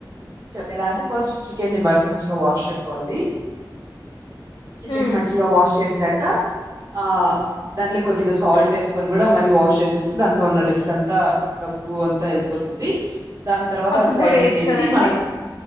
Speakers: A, on the right; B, on the left.
A: చ ఎలా అంటే ఫస్ట్ చి చికెన్ బ మంచిగా వాష్ చేసుకోవాలి చికెన్
B: హ్మ్
A: మంచిగా వాష్ చేసా క ఆ దానిలో కొద్దిగా సాల్ట్ వేసుకొని కూడా మరి వాష్ చేసేస్తే దాంతో ఉన్న బెస్ట్ అంతా గబు అంతా వెళపోతుంది దాని తర్వాత
B: పసుపు
A: సైడ్
B: కూడా వేయొచ్చు
A: పెట్టేసి
B: కదండి
A: మన